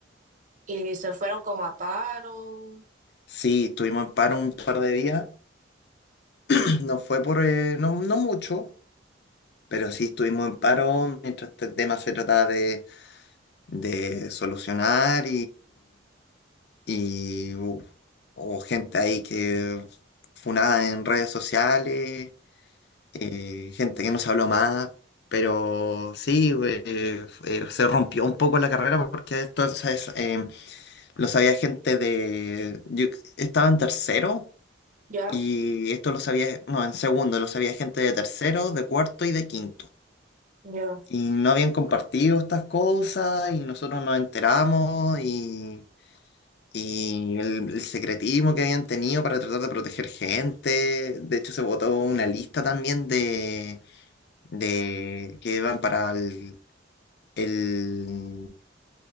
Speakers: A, on the right; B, on the left.
A: Y se fueron como a paro.
B: Sí, estuvimos en paro un par de días, <clears throat> no fue por, eh, no, no mucho, pero sí estuvimos en paro mientras este tema se trataba de, de solucionar y uf, hubo gente ahí que funada en redes sociales, eh, gente que no se habló más, pero sí, eh, eh, se rompió un poco la carrera porque esto, o sea, es, eh, lo sabía gente de... Yo estaba en tercero
A: Ya,
B: y esto lo sabía, no, en segundo, lo sabía gente de tercero, de cuarto y de quinto.
A: ya,
B: Y no habían compartido estas cosas y nosotros nos enteramos y y el, el secretismo que habían tenido para tratar de proteger gente. De hecho, se votó una lista también de, de que iban para el, el